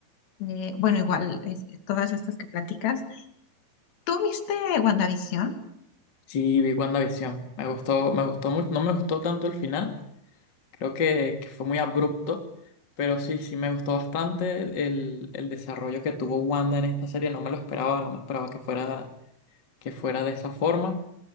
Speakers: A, on the left (about 70°); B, on the left (about 30°).
A: eh, bueno, igual es- todas estas que platicas. ¿Tú viste WandaVision?
B: Sí, vi WandaVision. Me gustó, me gustó mucho. No me gustó tanto el final, Creo que, que fue muy abrupto, pero sí, sí me gustó bastante el, el desarrollo que tuvo Wanda en esta serie. No me lo esperaba, no me esperaba que fuera, que fuera de esa forma,